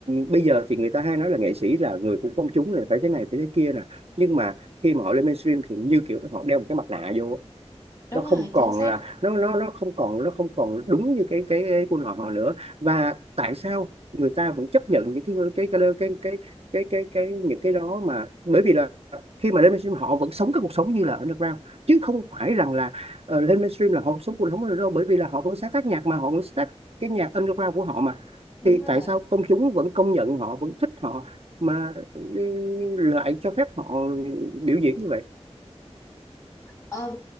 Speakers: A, on the right; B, on the left.
A: bây giờ thì người ta hay nói là nghệ sĩ là người của công chúng là phải thế này phải thế kia nè nhưng mà khi mà họ lên mainstream thì như kiểu họ đeo một cái mặt nạ vô á
B: Đúng
A: nó
B: rồi,
A: không còn
B: chính xác,
A: là nó nó nó không còn nó không còn đúng như cái cái, cái quân họ họ nữa và tại sao người ta vẫn chấp nhận những cái cái cái cái cái cái cái, cái những cái đó mà bởi vì là khi mà lên mainstream họ vẫn sống cái cuộc sống như là underground chứ không phải rằng là ờ, lên mainstream là họ sống cuộc sống đâu bởi vì là họ vẫn sáng tác nhạc mà họ vẫn sáng tác cái nhạc underground của họ mà
B: đúng
A: thì
B: rồi.
A: tại sao công chúng vẫn công nhận họ vẫn thích họ mà ừ, lại cho phép họ biểu diễn như vậy
B: Ờ,